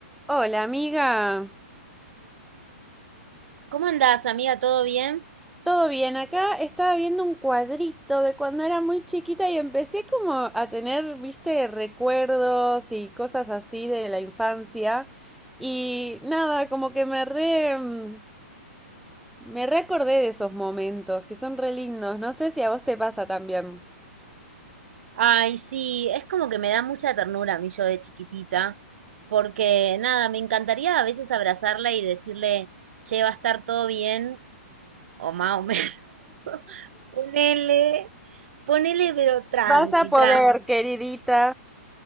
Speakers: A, in the centre; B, on the right.
A: Hola, amiga.
B: ¿Cómo andás, amiga? ¿Todo bien?
A: ¿Todo bien? Acá estaba viendo un cuadrito de cuando era muy chiquita y empecé como a tener, viste, recuerdos y cosas así de la infancia. Y nada, como que me re, mm, me reacordé de esos momentos que son re lindos. No sé si a vos te pasa también.
B: Ay, sí, es como que me da mucha ternura a mí yo de chiquitita, porque nada, me encantaría a veces abrazarla y decirle, che, va a estar todo bien, o más o menos, <laughs> ponele, ponele, pero tranqui,
A: Vas a poder,
B: tranqui,
A: <laughs> queridita.